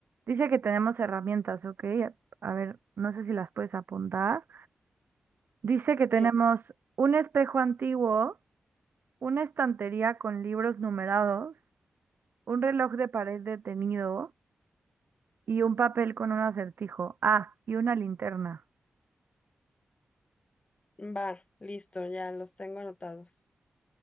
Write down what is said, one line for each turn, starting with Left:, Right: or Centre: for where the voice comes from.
Right: dice que tenemos herramientas, ¿ok? A ver, no sé si las puedes apuntar. Dice que tenemos
Left: Sí,
Right: un espejo antiguo, una estantería con libros numerados, un reloj de pared detenido y un papel con un acertijo. Ah, y una linterna.
Left: va, listo, ya los tengo anotados.